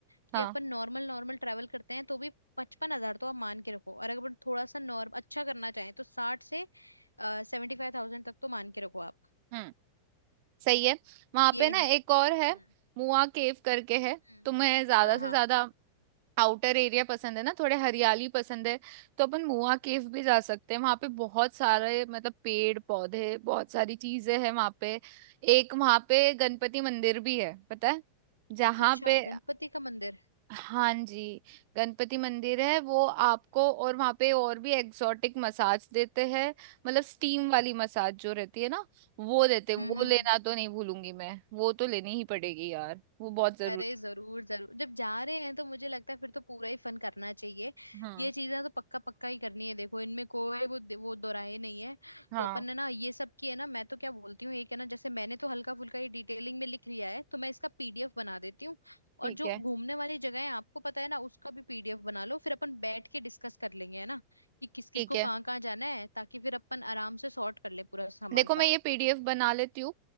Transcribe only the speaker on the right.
हाँ
हम्म सही है वहां
पे ना
एक
और है मुआ केव करके है
तुम्हें ज्यादा
से
ज्यादा आउटर एरिया पसंद है ना थोड़े हरियाली पसंद है तो अपन मुआ केव भी जा सकते हैं वहां पे बहुत सारे मतलब पेड़ पौधे बहुत सारी चीजें हैं वहां पे एक वहां पे गणपति मंदिर भी है पता है जहाँ
पे
हाँ जी गणपति मंदिर है वो आपको और वहाँ पे और भी एक्सोटिक मसाज देते हैं मतलब स्टीम
वाली मसाज जो रहती है ना वो देते वो
लेना तो नहीं भूलूंगी मैं वो तो लेनी ही पड़ेगी यार वो बहुत जरूरी
हाँ
हाँ
ठीक
है
ठीक
है
देखो मैं ये पीडीएफ बना लेती हूँ